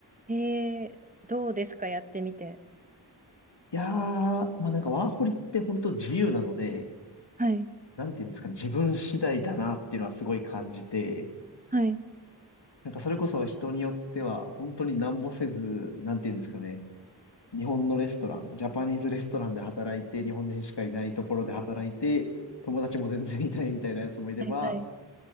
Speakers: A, on the right; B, on the left.
A: えー、どうですかやってみて。
B: いやー、まあなんかワーホリって本当自由なので、
A: はい、
B: なんていうんですかね、自分次第だなっていうのはすごい感じて、
A: はい、
B: なんかそれこそ人によっては本当に何もせず、なんていうんですかね、日本のレストラン、ジャパニーズレストランで働いて、日本人しかいないところで働いて、友達も全然いないみたいなやつもいれば、
A: はい、はい、